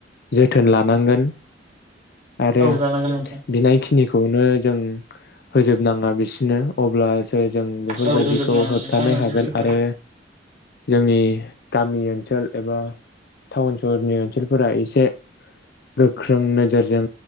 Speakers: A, on the left; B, on the right.
A: जोथोन लानांगोन आरो
B: औ लानांगोन नोंथां
A: बिनायखि <unintelligible> जों होजोब नांङा बिसोरनो अब्ला <unintelligible> जों बेफोरबायदिखौ
B: औ होजोबनाङा
A: होबथानो
B: नोंथां नोंगौ
A: हागोन
B: सैथो
A: आरो जोंनि गामियै ओनसोल एबा टाउन सहरनि ओनसोलफोरा एसे गोख्रों नोजोरजों